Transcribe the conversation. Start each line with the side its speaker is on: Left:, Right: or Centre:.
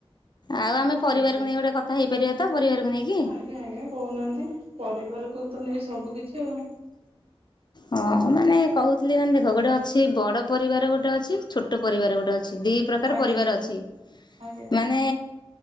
Left: ଆଉ ଆମେ ପରିବାରକୁ
Right: ଆଜ୍ଞା
Left: ନେଇ ଗୋଟେ କଥା ହେଇପାରିବା ତ ପରିବାରକୁ ନେଇକି।
Right: ଆଜ୍ଞା ଆଜ୍ଞା କହୁନାହାନ୍ତି ପରିବାରକୁ ତ ନେଇ ସବୁ କିିଛି ଆଉ।
Left: ହଁ ମାନେ କହୁଥିଲି ମାନେ ଦେଖ ଗୋଟେ ଅଛି ବଡ ପରିବାର ଗୋଟେ ଅଛି ଛୋଟ ପରିବାର ଗୋଟେ ଅଛି। ଦି ପ୍ରକାର
Right: ଆଜ୍ଞା
Left: ପରିବାର ଅଛି
Right: ଆଜ୍ଞା
Left: ମାନେ